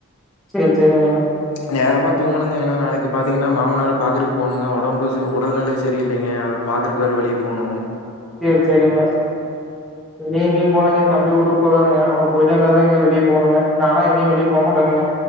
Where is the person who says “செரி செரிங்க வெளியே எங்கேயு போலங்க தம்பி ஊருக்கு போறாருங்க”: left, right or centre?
Centre